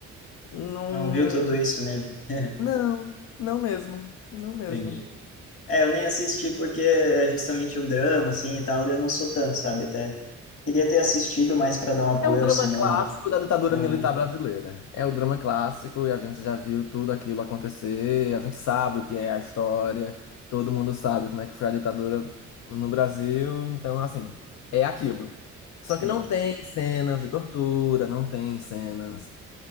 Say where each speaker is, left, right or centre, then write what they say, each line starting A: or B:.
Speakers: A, on the left (about 65°); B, on the left (about 45°).
A: Não.
B: Não viu tudo isso nele. <laughs>
A: Não, não mesmo. Não mesmo.
B: Entendi. É, eu nem assisti porque é justamente um drama, assim, e tal, daí eu não sou tanto, sabe? Até queria ter assistido mais para dar um apoio
A: É um drama
B: ao cinema.
A: clássico da ditadura
B: ah,
A: militar brasileira. É o drama clássico e a gente já viu tudo aquilo acontecer, a gente sabe o que é a história, todo mundo sabe como é que foi a ditadura no Brasil, então assim, é aquilo. Só
B: sim.
A: que não tem cenas de tortura, não tem cenas,